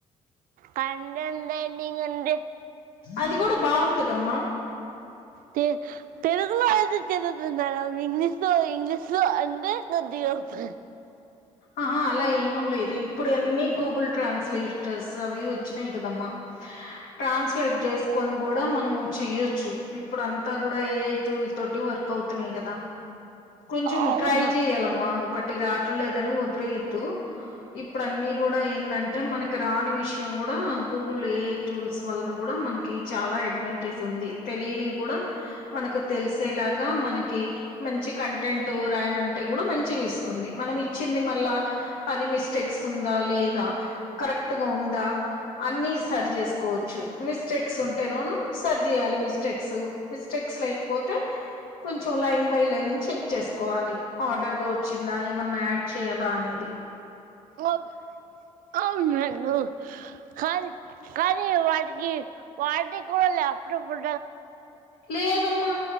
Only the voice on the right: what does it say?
కందందే ఎ
తె తెలుగులో అయితే చదువుతది మేడం ఇంగ్లీష్ లో ఇంగ్లీష్ లో అంటే కొద్దిగా త్రే
అవును
ఓగు అవునను కానీ కానీ వాటికి వాటి కూడా లే అప్పుడప్పుడ